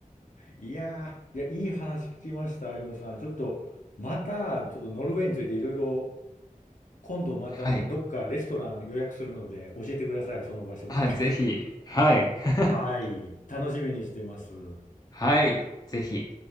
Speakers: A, on the left (about 65°); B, on the left (about 25°).
A: いやー、いや、いい話聞きました、歩夢さん。ちょっと、また、ちょっとノルウェーについていろいろ、今度またどっかレストラン予約するので、
B: はい。
A: 教えてください、その場所で。
B: あ、ぜひ、はい。<laughs>
A: <laughs> はい。楽しみにしてます。
B: はい、ぜひ。